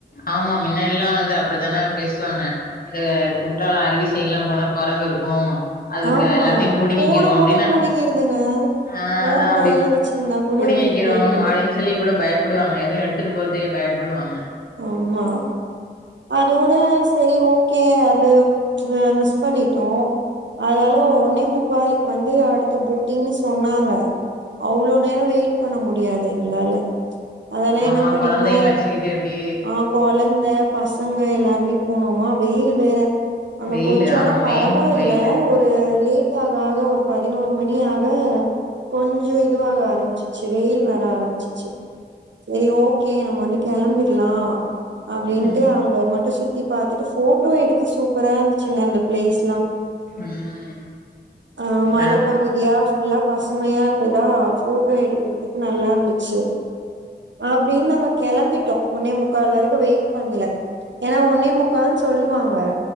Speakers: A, on the left (about 55°); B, on the right (about 80°).
A: ஆமா முன்னாடிலா வந்து அப்டித்தானே பேசுவாங்க இந்த குற்றால அருவி சைட்லா போனா கொரங்கிருக்கு அதுக்கார்
B: ஆமா
A: எல்லாத்தையு புடுங்கிக்கிரு
B: ஃபோன
A: அப்டின்னு
B: கூட புடுங்கிருதுங்க
A: ஆஹ்
B: ஃபோன்
A: அதா அப்டி
B: கையில வச்சிருந்தா கூட
A: புடுங்கிக்கிரு
B: எடுத்துட்டு போயிருது
A: அப்டின்னு சொல்லி கூட பயப்புடுவாங்க எதுவு எடுத்துட்டு போ அதிக பயப்புடுவாங்க
B: ஆமா அத விட செரி ஓகே அது அஹ் மிஸ் பண்ணிட்டோ அதனால ஒன்னே முக்காலுக்கு வந்து அடுத்த போட்டிங்ன்னு சொன்னாங்க அவ்ளோ நேர வெயிட் பண்ண முடியாது எங்களால அதெல்லா
A: ஆமா
B: என்ன பண்ணிட்டோ
A: கொழந்தையு வச்சுக்கிட்டு எப்டி
B: ஆஹ் கொலந்த பசங்க எல்லாருமே போனோமா வெயில் வேற அங்க
A: வெயிலு
B: கொஞ்சோ
A: ஆமா
B: ஆனா பரவா
A: மெயின்
B: இல்ல
A: வெயிலு
B: ஒரு லேட் ஆ ஆக ஒரு பதினோரு மணியாக கொஞ்சோ இதுவாக ஆரம்பிச்சிச்சு வெயில் வர ஆரம்பிச்சுச்சு சரி ஓகே நம்ம வந்து கிளம்பி ர்லா அப்டின்ட்டு
A: ம்
B: அங்க மட்டும் சு சுத்தி பாத்துட்டு போட்டோ எடுக்க சூப்பரா இருந்துச்சுங்க அந்த பிளேஸ்லாம்
A: ம்
B: ஆஹ் மலப்பகுதியா
A: ஆ
B: ஃபுல்லா பசுமையா இருந்ததா போட்டோ எடுக்குறதுக்கு நல்லா இருந்துச்சு அப்டின் நாங்க கெளம்பிட்டோம் ஒன்னே முக்கால் வரைக்கும் வெயிட் பண்ல ஏன்னா ஒன்னே முக்கால்னு சொல்லுவாங்க